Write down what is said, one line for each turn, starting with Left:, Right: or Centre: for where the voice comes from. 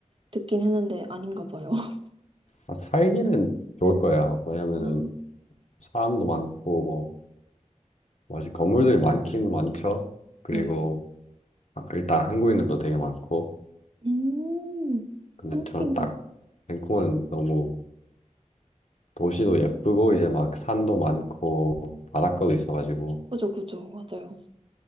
Right: 듣긴 했는데 아닌가 봐요. <laughs>
Left: 아, 살기는 좋을 거예요. 왜냐면은
Right: 아,
Left: 사람도 많고 뭐 맞아 건물들이 많긴 많죠. 그리고
Right: 네.
Left: 한- 일단 한국인으로 되게 많고
Right: 음,
Left: 근데
Right: 한국인.
Left: 저는 딱 밴쿠버는 너무 도시도 예쁘고 이제 막 산도 많고 바닷가도 있어가지고
Right: 그죠, 그죠. 맞아요.